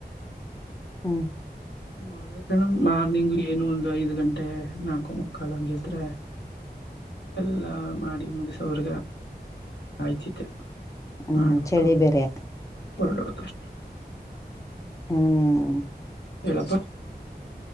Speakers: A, on the left (about 20°); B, on the left (about 85°).
A: ಹ್ಮ್
B: ಅದ ಕಣ್ ಮಾರ್ನಿಂಗ್ ಏನು ಒಂದು್ ಐದ್ ಗಂಟೆ ನಾಲ್ಕು ಮುಕ್ಕಾಲ್ ಹಂಗಿದ್ರೆ
A: <inaudible>
B: ಎಲ್ಲಾ ಮಾಡಿ ಮುಗಸೋವ್ರಗ ಆಯ್ತ್ ತಿ
A: ಹ್ಮ್
B: ಮಾಡ್ಬಿಟ್ಟು
A: ಚಳಿ ಬೇರೆ
B: ಹೊರಡಬೇಕಷ್ಟೆ
A: ಹ್ಮ್ ಹ್ಮ್
B: ಹೇಳಪ್ಪಾ